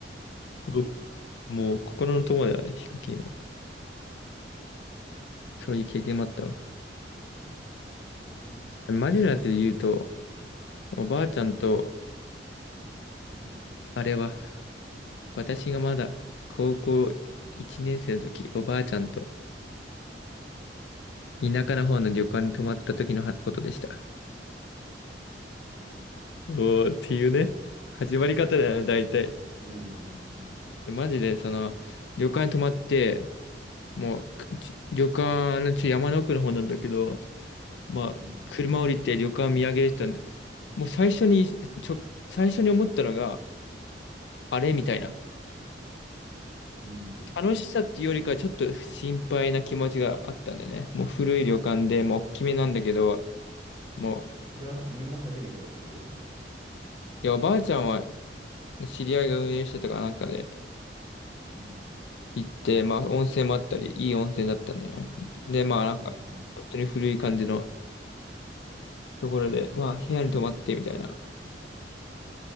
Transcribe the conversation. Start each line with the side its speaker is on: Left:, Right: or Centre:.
Left: う。もう心の友だよね、ヒカキンは。そういう経験もあったわ。
Right: いやー、す
Left: マジなやつで言うと、おばあちゃんと、
Right: うん、
Left: あれは、私がまだ高校1年生の時、おばあちゃんと田舎の方の旅館に泊まった時のことでした。
Right: そ
Left: おーっていうね、始まり方だよね、大体。
Right: う、うん、うん、うん、
Left: マジで、その、旅館に泊まって、もう、くち旅館のちょ山の奥の方なんだけど、まあ、
Right: うん、
Left: 車降りて旅館見上げる人はね、もう最初に、ちょ、最初に思ったのが、あれみたいな。
Right: うん。うん
Left: 楽しさっていうよりか、ちょっと心配な気持ちがあったんだよね。もう古い旅館で、もう大きめなんだけど、も
Right: それはみんな初めて、そこ行くのは。
Left: う、いや、おばあちゃんは知り合いが運営してたからなんかで
Right: うん、
Left: 行って、まあ、温泉もあったり、いい温泉だったんだよね。で、まあ、なんか、
Right: うん、うん、
Left: 本当に古い感じのところで、まあ、部屋に泊まってみたいな。